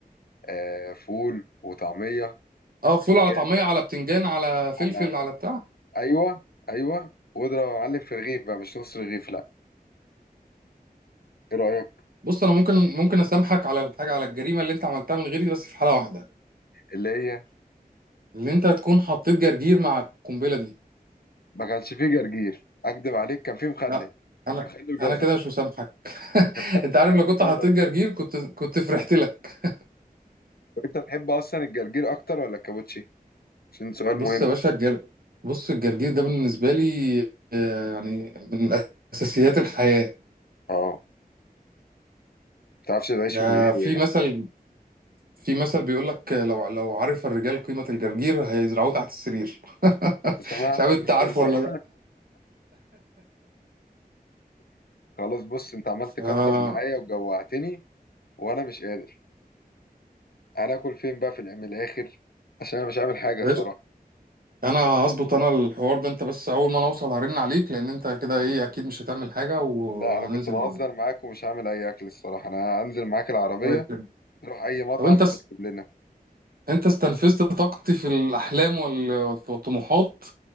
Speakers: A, on the left (about 75°); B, on the right (about 70°).
A: آه فول وطعمية وبتنجان
B: اه فول على طعمية على بتنجان على فلفل
A: على
B: على بتاع
A: أيوه أيوه واضرب يا معلم في رغيف بقى مش نص رغيف لا إيه رأيك
B: بص انا ممكن ممكن اسامحك على الحاجة على الجريمة اللي انت عملتها من غيري بس في حالة واحدة
A: اللي هي
B: اللي انت تكون حطيت جرجير مع القنبلة دي
A: ما كانش فيه جرجير أكدب عليك كان فيه مخلل
B: لا انا
A: مخلل جزر
B: انا كده مش مسامحك <laughs>
A: مخلل
B: انت
A: مخلل
B: عارف لو كنت
A: جزر
B: حطيت جرجير
A: طيب
B: كنت كنت فرحت لك
A: طب أنت بتحب أصلا الجرجير أكتر ولا الكابوتشي عشان سؤال
B: بص
A: مهم
B: يا باشا الجر بص الجرجير ده بالنسبة لي آه، يعني من اساسيات الحياة
A: اه متعرفش تعيش
B: آه،
A: من غيره
B: في
A: يعني
B: مثل في مثل بيقول لك لو لو عرف الرجال قيمة الجرجير هيزرعوه تحت السرير <laughs>
A: سمعت
B: مش عارف
A: المثال
B: انت عارفه
A: ده
B: ولا لا
A: خلاص بص انت عملت تكتر
B: آه
A: معايا وجوعتني وانا مش قادر انا اكل فين بقى في الع- من الاخر عشان انا مش عامل حاجه الصراحه
B: قشطة. انا هظبط انا الحوار ده انت بس اول ما انا اوصل هرن عليك لان انت كده ايه اكيد مش هتعمل حاجة وهننزل
A: لا انا كنت بهزر
B: مع بعض
A: معاك ومش هعمل اي اكل الصراحه انا هنزل معاك العربيه
B: الله يكرمك.
A: نروح اي مطعم
B: طب انت
A: تطلب
B: س...
A: لنا
B: انت استنفذت طاقتي في الاحلام وال- والطموحات